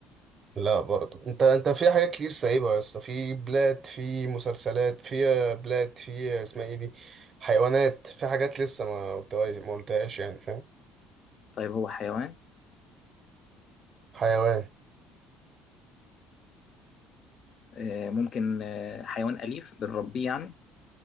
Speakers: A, on the right (about 35°); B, on the left (about 40°).
A: لا برضه انت انت في حاجات كتير سايبها يا اسطى في بلاد في مسلسلات في بلاد في اسمها ايه دي حيوانات في حاجات لسه ما قلتهاش ما قلتهاش يعني فاهم
B: طيب هو حيوان
A: حيوان
B: آه، ممكن آه، حيوان أليف بنربيه يعني